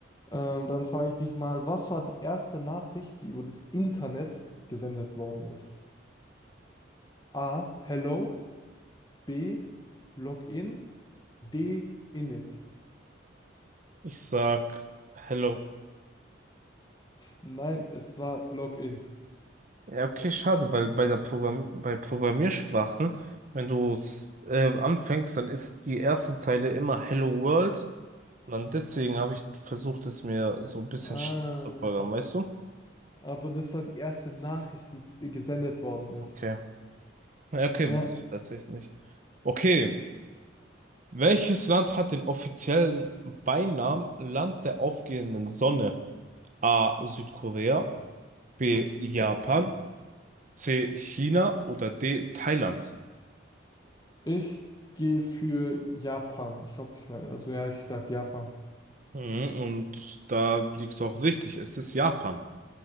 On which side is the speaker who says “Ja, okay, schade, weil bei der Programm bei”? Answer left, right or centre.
Right